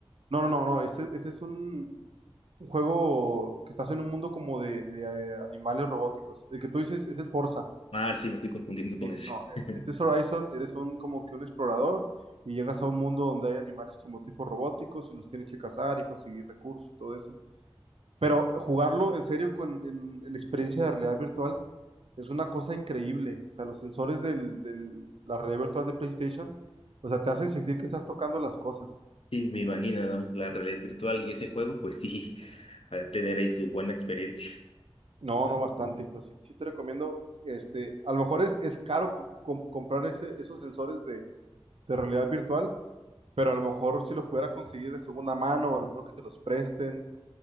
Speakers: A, on the right; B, on the left.
A: No, no, no, no, ese, ese es un, un juego que estás en un mundo como de, de, eh, animales robóticos. El que tú dices es el Forza.
B: Ah, sí, me estoy confundiendo con
A: Sí,
B: ese.
A: no,
B: <laughs>
A: este este es Horizon, eres un como que un explorador y llegas a un mundo donde hay animales como tipo robóticos y los tienes que cazar y conseguir recursos y todo eso. Pero jugarlo en serio con en, en experiencia de realidad virtual es una cosa increíble. O sea, los sensores del, del- la realidad virtual de PlayStation, o sea, te hacen sentir que estás tocando las cosas.
B: Sí, me imagino, ¿no? La realidad virtual y ese juego, pues sí, al tener ahí su buena experiencia.
A: No, no, bastante. Entonces, sí, sí te recomiendo, este, a lo mejor es, es caro co- co- comprar ese, esos sensores de, de realidad virtual, pero a lo mejor si los pudiera conseguir de segunda mano, o a lo mejor que te los presten